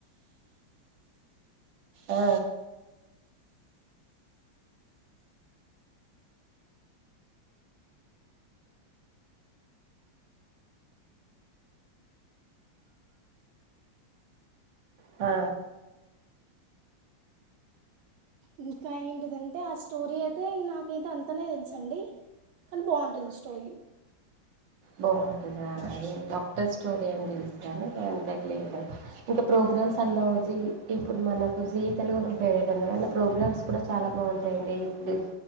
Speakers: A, on the right (about 65°); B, on the right (about 85°).
A: ఆ ఆ
B: ఇంకా ఏంటిదంటే ఆ స్టోరీ అయితే నాకైతే అంతనే తెలుసండి కానీ బాగుంటుంది స్టోరీ
A: బాగుంటందా అదే డాక్టర్ స్టోరీ అని తెలుసు కానీ న అంతాలియ ఇంకా ప్రో ప్రగ్రామ్స్ అలో జీ ఇప్పుడు మనకు జీ తెలుగు మ ఫేవరెట్ అం అళ ప్రోగ్రామ్స్ కూడా చాలా బాగుంటాయండి దే